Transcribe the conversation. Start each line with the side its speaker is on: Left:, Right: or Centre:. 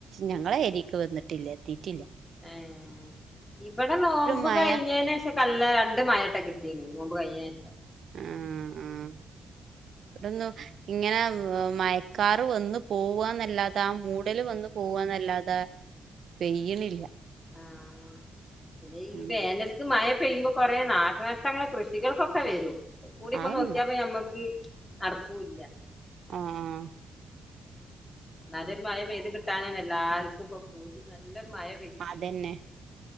Right: ഞങ്ങളെ ഏരിക്ക് വന്നിട്ടില്ല എത്തിട്ടില്ല
Left: ആഹ് ഇവിടെ നോമ്പ്
Right: മഴ
Left: കഴിഞ്ഞേനേഷം നല്ല രണ്ട് മയാട്ടെ കിട്ടീരുന്നു നോമ്പ് കഴിഞ്ഞേഷം
Right: ആഹ് ആഹ് ഇവിടുന്ന് ഇങ്ങനെ മയക്കാറ് വന്നു പോവാന്നല്ലാതെ ആ മൂടല് വന്നു പോവാന്നല്ലാതെ പെയ്യിണില്ല
Left: ആഹ് പിന്നെ ഈ
Right: ഉം
Left: വേനൽ ക്ക് മയ പെയ്യുമ്പോ കൊറേ നാശനഷ്ടങ്ങൾ കൃഷികൾക്കൊക്കെ വരും കൂടി ഇപ്പൊ
Right: അത്ണ്ടാവും
Left: നോക്കിയാപ്പ ഞമ്മക്ക്. നടക്കൂല
Right: ആഹ് ആഹ്
Left: നല്ലൊരു മയ പെയ്ത് കിട്ടാനന്നെ എല്ലാർക്കും ഇപ്പൊ പൂതി നല്ലൊരു മയ
Right: അതെന്നെ